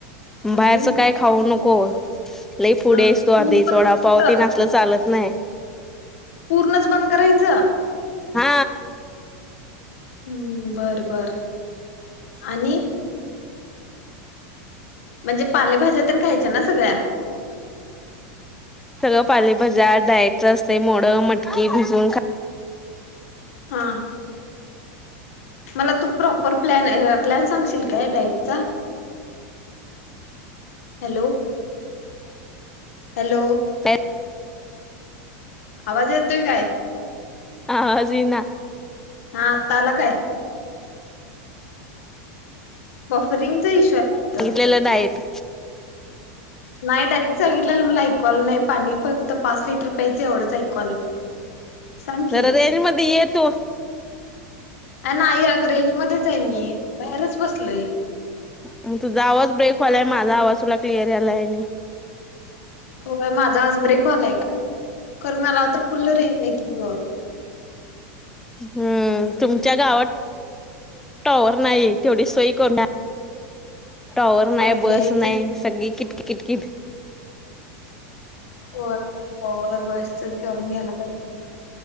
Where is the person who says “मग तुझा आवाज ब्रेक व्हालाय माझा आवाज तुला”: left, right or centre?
Centre